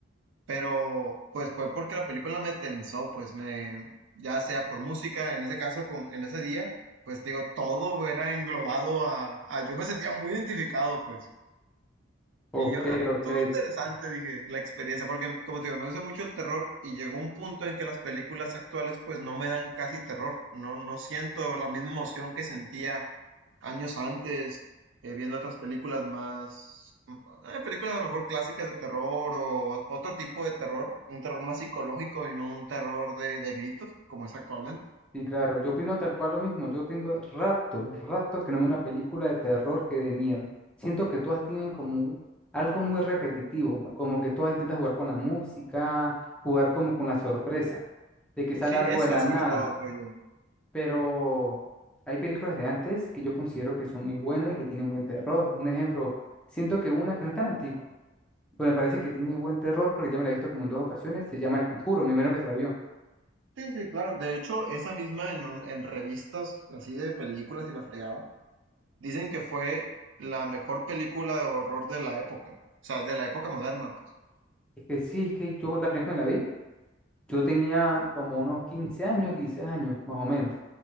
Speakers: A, on the right (about 80°); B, in the centre.
A: Pero pues fue porque la película me tensó, pues me, ya sea por música, en ese caso, con, en ese día, pues te digo, todo era englobado a, a yo me sentía muy identificado, pues. Y
B: ok,
A: yo, ah,
B: ok.
A: estuvo interesante, dije, la experiencia, porque como te digo, me gusta mucho el terror y llegó un punto en que las películas actuales pues no me dan casi terror, no, no siento la misma emoción que sentía años antes eh, viendo otras películas más, mm, eh, películas a lo mejor clásicas de terror o otro tipo de terror, un terror más psicológico y no un terror de, de gritos como es actualmente.
B: Sí, claro, yo opino tal cual lo mismo. Yo tengo rato, rato que no veo una película de terror que de miedo. Siento que todas tienen como algo muy repetitivo, como que todas intentan jugar con la música, jugar como con la sorpresa, de que sale
A: Sí,
B: algo
A: eso
B: de la
A: sobre
B: nada.
A: todo, creo yo.
B: Pero hay películas de antes que yo considero que son muy buenas y que tienen buen terror. Un ejemplo, siento que una que no es tan antigua, pero me parece que tiene buen terror porque ya me la he visto como en dos ocasiones, se llama El Conjuro, me menos que se la vio.
A: Sí, sí, claro. De hecho, esa misma en, un- en revistas así de películas y la fregada. Dicen que fue la mejor película de horror de la época, o sea, de la época moderna, pues.
B: Es que sí, es que yo la primera vez que me la vi. Yo tenía como unos 15 años, 16 años, más o menos.